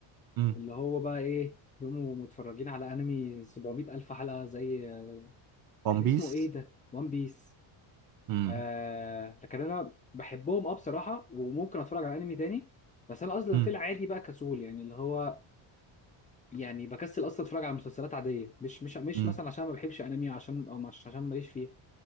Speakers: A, on the right; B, on the left.
A: امم
B: اللي هو بقى ايه يقوموا متفرجين على انمي 700 الف حلقه زي
A: ون
B: كان اسمه
A: بيس
B: ايه ده وان بيس
A: امم
B: آه لكن انا بحبهم اه بصراحه وممكن اتفرج على انمي تاني بس انا اصلا
A: امم
B: في العادي بقى كسول يعني اللي هو يعني بكسل اصلا اتفرج على مسلسلات عاديه مش مش مش
A: امم
B: مثلا عشان ما بحبش انمي عشان او مش عشان ماليش فيه